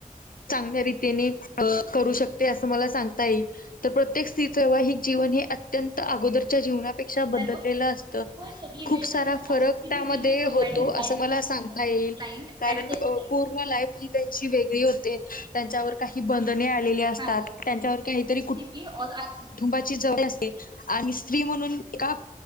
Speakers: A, on the left; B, on the right.
A: चांगल्या र तेनी करू शकत. अस मला सगता येईल तर प्रत्येक स्वाहिक जीवन हे अत्यंत अगोदरच्या जीवना ा
B: हॅलो
A: बदलले असत
B: होय सर लिहिलेलं
A: खूप सारा
B: कसं
A: फरक
B: आज टीबी
A: त्यामध्ये
B: विल बी प्रोव्हायडेड
A: होतो
B: बाय
A: असं मला
B: क्लायंट
A: सांगता येईल.
B: क्लायंट
A: कारण
B: ॲट देअर टाईम
A: पूर्ण ला ह त्यांची वेगळी होते त्यांच्यावर ी बंधने आलेली असतात
B: हां
A: त्यांच्यावर काहीतरी कुठ
B: <unintelligible>
A: कुुंबाची ज असते आणि स्त्री म्हणून एका